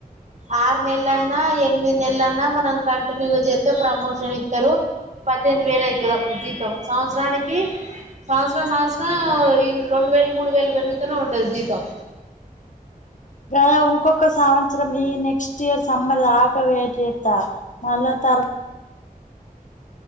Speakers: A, on the right (about 50°); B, on the left (about 55°).
A: ఆరు నెలలన్నా ఎనిమిది నెలలన్నా మనం కంటిన్యూగా చేస్తే ప్రమోషన్ ఇస్తారు పద్దెనిది వేలు అవుతుది అప్పుడు జీతం సంవత్సరానికి సంవత్సరం సంవత్సరం రెండు వేలు మూడు వేలు పెరుగుతూనే ఉంటది జీతం
B: గ ఇంకొక సంవత్సరం ఈ నెక్స్ట్ ఇయర్ సమ్మర్ దాకవేత మళ్ళా తర్వాత